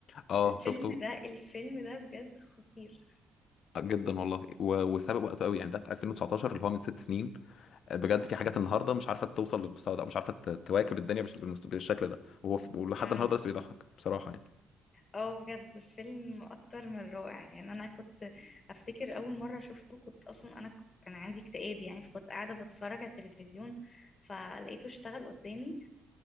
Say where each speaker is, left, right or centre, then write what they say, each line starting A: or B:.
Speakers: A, on the left; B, on the left.
A: اه
B: الفيلم
A: شفته
B: ده الفيلم ده بجد خطير
A: جدا والله و- وسابق وقته قوي يعني ده في 2019 اللي هو من ست سنين آه، بجد في حاجات النهارده مش عارفه توصل للمستوى ده او مش عارفه ت- تواكب الدنيا بالش- بالمس- بالشكل ده وهو ف- ولحد
B: اه
A: النهارده لسه بيضحك بصراحه يعني
B: اه بجد فيلم اكتر من رائع يعني انا كنت افتكر اول مره شفته كنت اصلا انا ك- كان عندي اكتئاب يعني فكنت قاعده بتفرج على التلفزيون فلقيته اشتغل قدامي